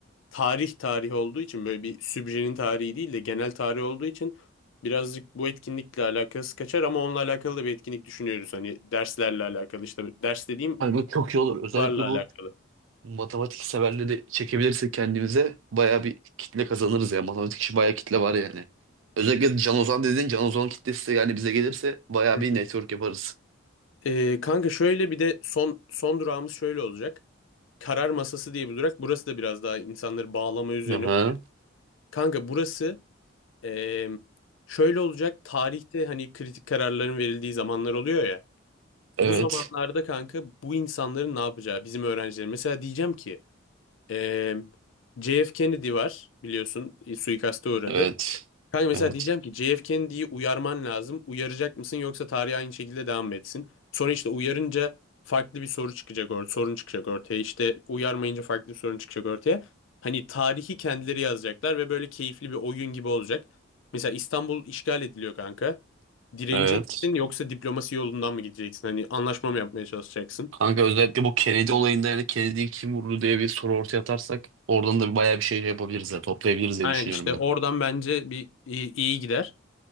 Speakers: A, on the left (about 80°); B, on the right (about 80°).
A: tarih tarih olduğu için böyle bir sübjenin tarihi değil de genel tarih olduğu için birazcık bu etkinlikle alakası kaçar ama onunla alakalı da bir etkinlik düşünüyoruz. Hani derslerle alakalı işte ders dediğim
B: Hani bu çok iyi olur.
A: okullarla
B: Özellikle bu
A: alakalı.
B: matematik severleri çekebilirsek kendimize bayağı bir kitle kazanırız ya. Matematik işi bayağı kitle var yani. Özellikle Can Ozan dediğin Can Ozan kitlesi de yani bize gelirse bayağı
A: Hı
B: bir
A: hı.
B: network yaparız.
A: E, kanka şöyle bir de son son durağımız şöyle olacak. Karar masası diye bir durak. Burası da biraz daha insanları bağlama üzerine.
B: Aha.
A: kurulu. Kanka burası e, şöyle olacak. Tarihte hani kritik kararların verildiği zamanlar oluyor ya.
B: Evet.
A: Bu zamanlarda kanka bu insanların ne yapacağı bizim öğrencilerin. Mesela diyeceğim ki eee JF Kennedy var biliyorsun e, suikaste uğradı.
B: Evet.
A: Kanka mesela
B: Evet.
A: diyeceğim ki JF Kennedy'yi uyarman lazım. Uyaracak mısın yoksa tarih aynı şekilde devam mı etsin? Sonra işte uyarınca farklı bir soru çıkacak or sorun çıkacak ortaya. İşte uyarmayınca farklı bir sorun çıkacak ortaya. Hani tarihi kendileri yazacaklar ve böyle keyifli bir oyun gibi olacak. Mesela İstanbul işgal ediliyor kanka. Direnecek
B: Evet.
A: yoksa diplomasi yolundan mı gideceksin? Hani anlaşma mı yapmaya çalışacaksın?
B: Kanka özellikle bu Kennedy olayında yani Kennedy'yi kim vurdu diye bir soru ortaya atarsak oradan da bayağı bir şey şey yapabiliriz ya toplayabiliriz diye
A: Yani
B: düşünüyorum
A: işte
B: ben.
A: oradan bence bir iyi, iyi gider.